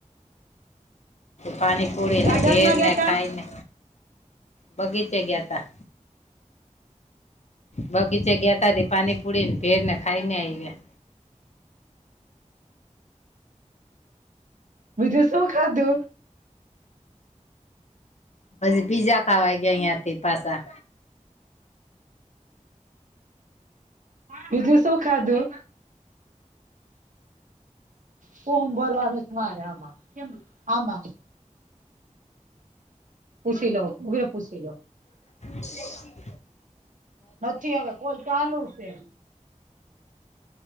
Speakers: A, on the left; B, on the right.
A: પાણી પુડીને
B: ગાર્ડન
A: ભેળ
B: માં
A: ને
B: ગયા તા
A: ખાઈને બગીચે ગયા તા બગીચે ગયાતા થી પાણી પુડી ને ભેળ ને ખાઈ ને આ ગયા
B: બીજું શું ખાધું
A: પછી પીઝા ખાવા ગયા અહિયાં થી પાસા
B: બીજું શું ખાધું ફોમ ભરવાનું છે મારે આમાં આમાં પુછ લઉ ઉભરે પુછ લ
A: <inaudible>
B: નથી હવે કોઈ ચાલુ છે